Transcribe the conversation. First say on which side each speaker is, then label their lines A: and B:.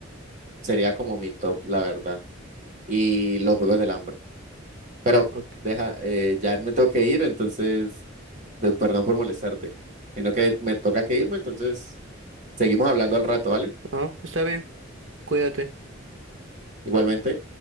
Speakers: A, on the right; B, on the right.
A: sería como mi top, la verdad. y los Juegos del Hambre. Pero
B: Ok.
A: deja, eh, ya me tengo que ir, entonces, de- perdón por molestarte, sino que me toca que irme, entonces seguimos hablando al rato, ¿vale?
B: Ah, pues está bien, cuídate.
A: Igualmente.